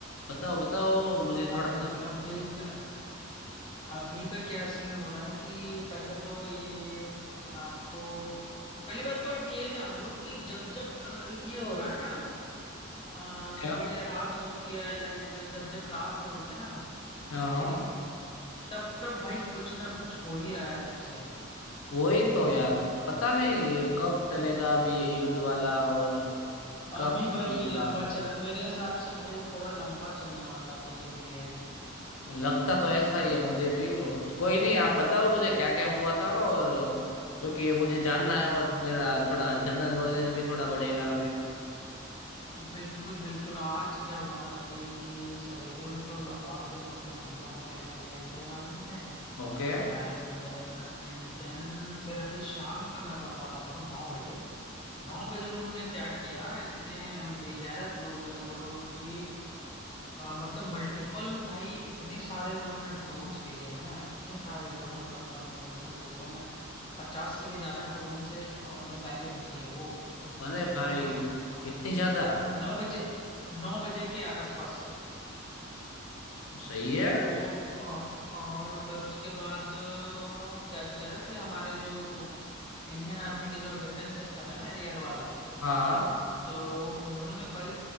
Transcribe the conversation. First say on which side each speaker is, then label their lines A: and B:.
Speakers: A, on the left; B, on the left.
A: बताओ बताओ मुझे थोड़ा
B: अभी अभी का अभी का क्या सीन हो रहा है कि पहले तो ये आपको पहली बात तो आप ये जान लो कि जब जब अ, ये हो रहा है ना अ,
A: क्या
B: थोड़े रात होती है लाइक जब जब रात हो रही है ना
A: हाँ हाँ
B: थोड़ी तब तब भाई कुछ ना कुछ हो ही रहा है तब से
A: वही तो यार पता नहीं ये कब टलेगा अभी ये युद्ध वाला और
B: अभी
A: कब खत्म
B: भाई ये
A: होगा
B: लंबा चल मेरे हिसाब से भाई थोड़ा लंबा चलने वाला है भाई अभी ये
A: लगता तो ऐसा ही है मुझे भी और कोई नहीं आप बताओ मुझे क्या क्या हुआ था और क्योंकि मुझे जानना है और मेरा थोड़ा जनरल नॉलेज भी थोड़ा बढ़ेगा अभी
B: बिल्कुल बिल्कुल आज क्या हुआ ना भाई कि सवेरे में तो लाहौर पे मतलब हमला वगैरह किया इंडियन आर्मी ने
A: ओके
B: एंड एंड देन फिर अभी शाम का मैं बता रहा हूँ आपको नौ बजे नौ बजे उन्होंने क्या किया इतने बेगैरत लोग हैं वो लोग कि आ, मतलब मल्टीपल भाई इतने सारे उन्होंने ड्रोन्स भेजे हैं ना इतने सारे ड्रोन्स लग मत, मतलब बोलता हूँ मैं पचास से भी ज्यादा ड्रोन से और मिसाइलें भेजी है वो उस- उन्होंने
A: अरे भाई
B: उन्होंने भी
A: इतनी ज्यादा
B: नौ बजे नौ बजे के आसपास
A: सही है
B: तो अ, और फिर उसके बाद अ, क्या किया कि हमारे जो इंडियन आर्मी के जो डिफेंस सिस्टम है ना एयर वाला
A: हाँ हाँ
B: तो हाँ उन्होंने भाई अ,